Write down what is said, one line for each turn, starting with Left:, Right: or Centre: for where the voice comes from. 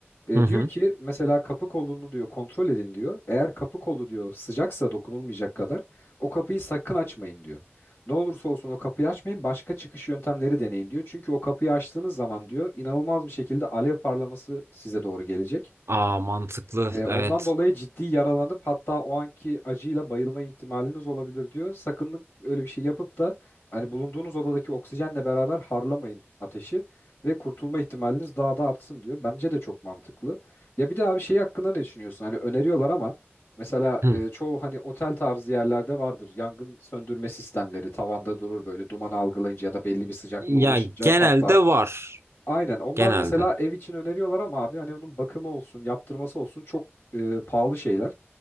Left: E,
Right: Hı hı.
Left: diyor ki mesela kapı kolunu diyor kontrol edin diyor. Eğer kapı kolu diyor sıcaksa dokunulmayacak kadar o kapıyı sakın açmayın diyor. Ne olursa olsun o kapıyı açmayın başka çıkış yöntemleri deneyin diyor. Çünkü o kapıyı açtığınız zaman diyor inanılmaz bir şekilde alev parlaması size doğru gelecek.
Right: Aa mantıklı.
Left: E,
Right: Evet.
Left: ondan dolayı ciddi yaralanıp hatta o anki acıyla bayılma ihtimaliniz olabilir diyor. Sakın öyle bir şey yapıp da hani bulunduğunuz odadaki oksijenle beraber harlamayın ateşi ve kurtulma ihtimaliniz daha da artsın diyor. Bence de çok mantıklı. Ya bir de abi şey hakkında ne düşünüyorsun? Hani öneriyorlar ama mesela
Right: Hı.
Left: e, çoğu hani otel tarzı yerlerde vardır. Yangın söndürme sistemleri tavanda durur böyle dumanı algılayınca ya da belli bir sıcaklığa
Right: Ya
Left: ulaşınca
Right: genelde
Left: patlar.
Right: var.
Left: Aynen. Onlar
Right: Genelde.
Left: mesela ev için öneriyorlar ama abi hani onun bakımı olsun, yaptırması olsun çok e, pahalı şeyler.